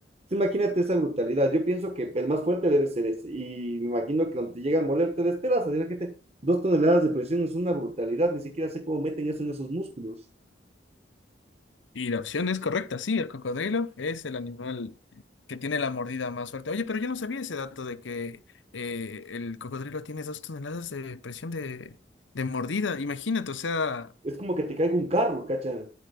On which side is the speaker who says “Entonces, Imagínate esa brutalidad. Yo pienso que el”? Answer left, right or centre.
Right